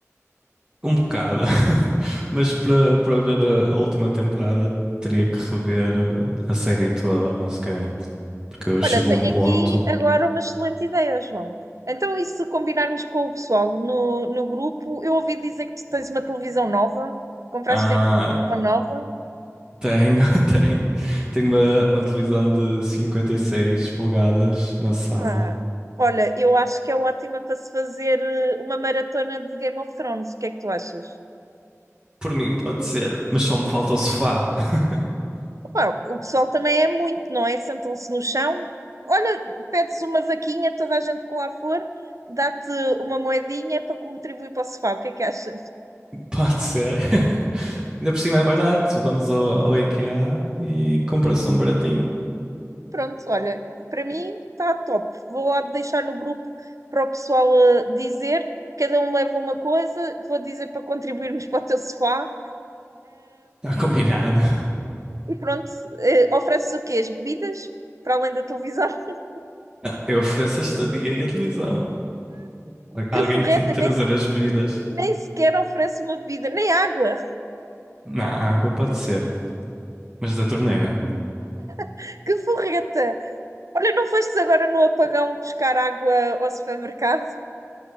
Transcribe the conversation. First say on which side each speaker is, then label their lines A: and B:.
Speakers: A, on the right; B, on the right.
A: Um bocado. <laughs> Mas para para ver a, a última temporada, teria que rever eh, a série toda, basicamente. Porque
B: Olha,
A: chegou
B: tenho
A: um ponto.
B: aqui agora uma excelente ideia, João. Então, e se combinarmos com o pessoal no, no grupo? Eu ouvi dizer que tu tens uma televisão nova, compraste
A: Ah,
B: aí uma televisão nova.
A: tenho, <laughs> tenho, tenho uma, uma televisão de 56 polegadas na sala.
B: Ah, olha, eu acho que é ótima para se fazer eh, uma maratona de Game of Thrones. O que é que tu achas?
A: Por mim, pode ser, mas só me falta o sofá. <laughs>
B: Opa, o pessoal também é muito, não é? Sentam-se no chão. Olha, pedes uma vaquinha, toda a gente que lá for, dá-te uma moedinha para contribuir para o sofá. O que é que achas?
A: Pode ser. <laughs> Ainda por cima é barato. Vamos ao, ao IKEA e compra-se um baratinho.
B: Pronto, olha, para mim está top. Vou lá deixar no grupo para o pessoal eh, dizer, cada um leva uma coisa, vou dizer para contribuirmos para o teu sofá
A: Está combinado.
B: e pronto, eh, ofereces o quê? As bebidas? Para além da televisão? <laughs>
A: <laughs> Não, Eu ofereço a estadia e a televisão. Al-
B: Que
A: Alguém
B: forreta,
A: que tem que trazer
B: nem, se-
A: as bebidas.
B: nem sequer oferece uma bebida, nem água.
A: Na água pode ser, mas da torneira.
B: <laughs> Que forreta! Olha, não fostes agora no apagão buscar água ao supermercado?